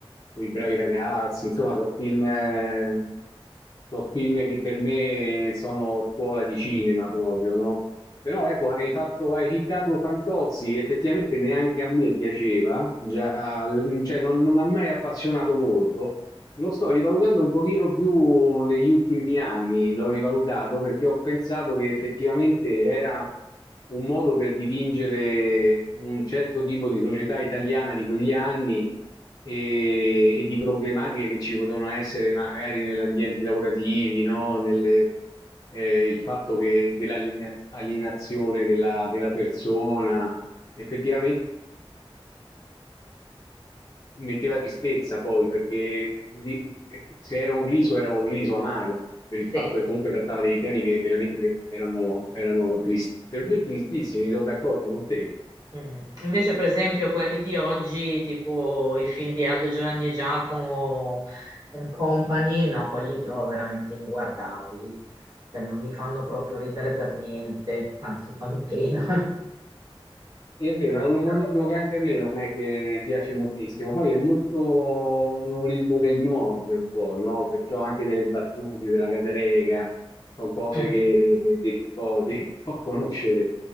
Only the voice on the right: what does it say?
Sì.
Mm. Invece, per esempio, quelli di oggi, tipo i film di Aldo Giovanni e Giacomo and Company, no, quelli li trovo veramente inguardabili. Cioè, non mi fanno proprio ridere per niente, anzi, fanno pena.
<laughs>
Mm,